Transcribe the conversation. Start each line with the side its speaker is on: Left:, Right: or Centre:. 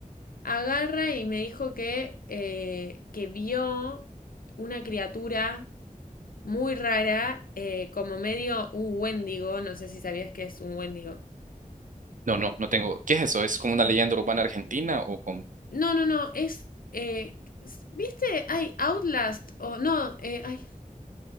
Left: agarra y me dijo que, eh, que vio una criatura muy rara, eh, como medio un wendigo, no sé si sabías que es un wendigo.
Right: No, no, no tengo. ¿Qué es eso? ¿Es como una leyenda urbana argentina o como?
Left: No, no, no, es, eh, ¿viste? Ay, Outlast, o no, eh, ay,